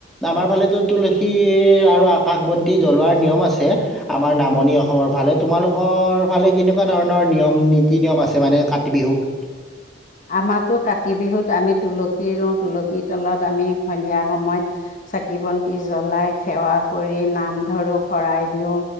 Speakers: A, in the centre; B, on the left.
A: আমাৰ ফালেতো তুলসী, আৰু আকাশ বন্তি, জ্বলোৱাৰ নিয়ম আছে। আছে আমাৰ নামনি অসমৰ ফালে তোমালোকৰ ফালে কেনেকুৱা ধৰণৰ নিয়ম নীতি নিয়ম আছে মানে কাতি বিহুত।
B: আমাৰ তো কাতি বিহুত আমি তুলসী, ৰুওঁ, তুলসীৰ, তলত আমি সন্ধিয়া সময়ত চাকি বন্তি জ্বলাই সেৱা কৰি নাম, ' ধৰো, শৰাই দিওঁ।